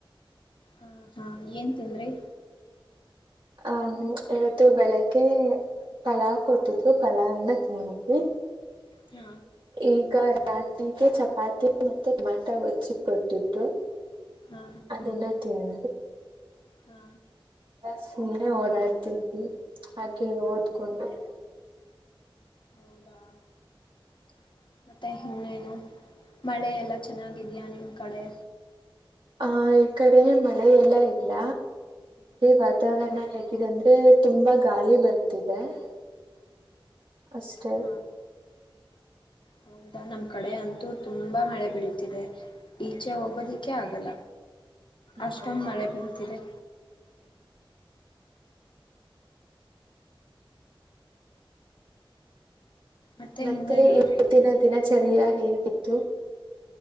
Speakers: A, on the left; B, on the right.
A: ಹ ಹಾ ಏನ್ ತಿಂದ್ರಿ
B: ಅಹ ಇವತ್ತು ಬೆಳಿಗ್ಗೆ ಪಲಾವ್ ಕೊಟ್ಟಿದ್ದು ಪಲಾವ್ನ್ನ ತಿನ್ನಿದ್ವಿ
A: ಹ್ಮ
B: ಈಗ ರಾತ್ಗೆ ಚಪಾತಿ ಮತ್ತೆ ಟಮಾಟ ಗಜ್ಜಿ ಕೊಟ್ಟಟ್ಟು
A: ಹಾ
B: ಅದೆಲ್ಲ ತಿ ಹ್ಮ
A: ಹಾ
B: ಸುಮ್ಮನೆ ಓಡಾಡ್ತಿದ್ವಿ ಹಾಗೆ
A: ಹೌ
B: ಓದ್ಕೊಂಡು
A: ಹೌದಾ <unintelligible> <unintelligible> ಮತ್ತೆ ಇನ್ನೇನು ಮಳೆ ಎಲ್ಲ ಚೆನ್ನಾಗಿದ್ಯಾಾ ನಿಮ ಕಡೆ
B: ಆಹ ಈ ಕಡೆ ಮಳೆ ಎಲ್ಲ ಇಲ್ಲ ವಾತಾವರಣ
A: ಹಾ
B: ಹೇಗಿದೆ ಅಂದ್ರೆ ತುಂಬಾ ಗಾಳಿ ಬರ್ತದೆ ಹ <unintelligible> ಅಷ್ಟೇ
A: ಹಾ
B: <unintelligible>
A: ಹೌದಾ ನಮ ಕಡೆ ಅಂತೂ ತುಂಬಾ ಮಳೆ ಬೀಳ್ತಿದೆ ಈಚೆ ಹೋಗೋದಿಕ್ಕೆ ಆಗಲ್ಲ ಅಷ್ಟಮ
B: ಹೌದಾ
A: ಮಳೆ ಬೀಳ್ತಿದೆ ಮತ್ತೆ
B: ಮತ್ತ
A: ಇನ್ನೇನು
B: ಇವ ದಿನ ದಿನಚರಿಯ <unintelligible> ಹೇಗಿತ್ತು